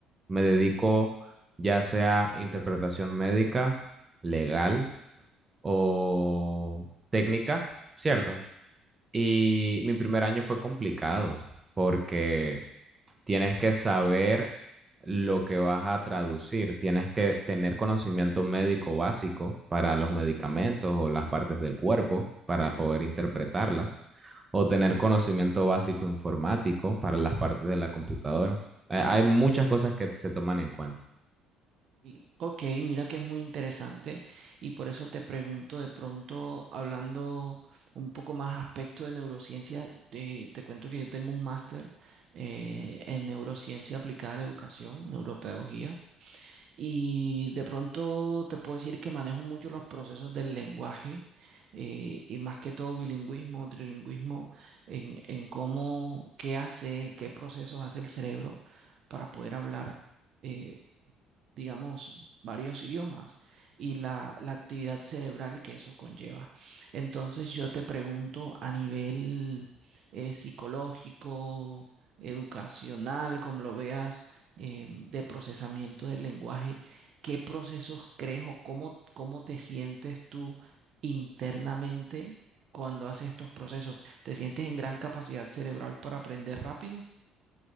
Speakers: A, on the right; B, on the right.
A: Me dedico ya sea interpretación médica, legal o técnica, ¿cierto? Y mi primer año fue complicado porque... Tienes que saber lo que vas a traducir, tienes que tener conocimiento médico básico para los medicamentos o las partes del cuerpo para poder interpretarlas, o tener conocimiento básico informático para las partes de la computadora. Eh, hay muchas cosas que se toman en cuenta.
B: Y- Ok, mira que es muy interesante y por eso te pregunto de pronto, hablando un poco más aspecto de neurociencia, te, te cuento que yo tengo un máster eh, en neurociencia aplicada a la educación, neuropedagogía. Y de pronto te puedo decir que manejo mucho los procesos del lenguaje eh, y más que todo bilingüismo, trilingüismo, en, en cómo, qué hace, qué procesos hace el cerebro para poder hablar. Eh, digamos, varios idiomas y la, la actividad cerebral que eso conlleva. Entonces yo te pregunto a nivel eh, psicológico, educacional, como lo veas, eh, de procesamiento del lenguaje, ¿qué procesos crees o cómo, cómo te sientes tú internamente cuando haces estos procesos? ¿Te sientes en gran capacidad cerebral para aprender rápido?